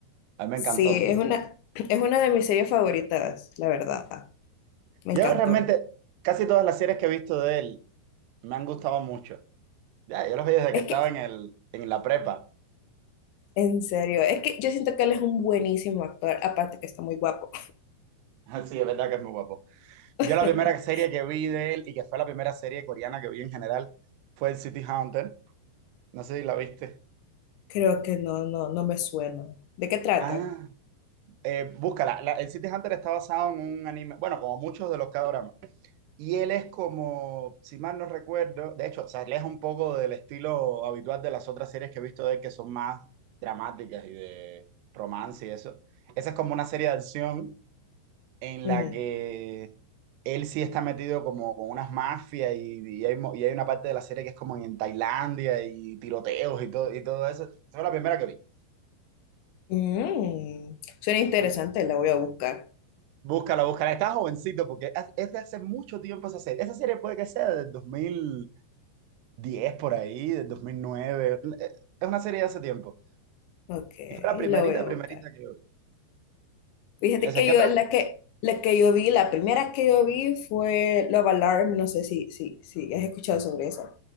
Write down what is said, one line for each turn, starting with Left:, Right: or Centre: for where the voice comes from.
Right: A mí me
Left: Sí,
Right: encantó.
Left: es una, <clears throat> es una de mis series favoritas, la verdad. Me
Right: Yo
Left: encantó.
Right: realmente casi todas las series que he visto de él me han gustado mucho. Ya, yo los vi desde
Left: Es
Right: que estaba
Left: que,
Right: en el, en la prepa.
Left: en serio, es que yo siento que él es un buenísimo actor, aparte que está muy guapo.
Right: <laughs> Sí, es verdad que es muy guapo. Yo
Left: <laughs>
Right: la primera serie que vi de él y que fue la primera serie coreana que vi en general fue el City Hunter. No sé si la viste.
Left: Creo que no, no, no me suena. ¿De qué trata?
Right: Ah, eh, búscala. La- el City Hunter está basado en un anime, bueno, como muchos de los K-dramas. Y él es como, si mal no recuerdo, de hecho, se aleja un poco del estilo habitual de las otras series que he visto de él, que son más dramáticas y de romance y eso. Esa es como una serie de acción en
Left: Ujú.
Right: la que él sí está metido como con unas mafias y, y hay, mo- y hay una parte de la serie que es como en Tailandia y tiroteos y todo, y todo eso. Esa fue la primera que vi.
Left: Mm, suena interesante,
Right: Bú-
Left: la voy a buscar.
Right: Búscala, búscala. Está jovencito porque es es de hace mucho tiempo esa serie. Esa serie puede que sea del dos mil diez por ahí, del 2009. Es una serie de hace tiempo.
Left: Ok,
Right: Y fue la primerita,
Left: la voy a
Right: primerita
Left: buscar.
Right: que yo
Left: Fíjate
Right: vi. O sea,
Left: que
Right: ¿qué otra?
Left: yo, la que, la que yo vi, la primera que yo vi fue Love Alarm, no sé si, si, si has escuchado sobre esa.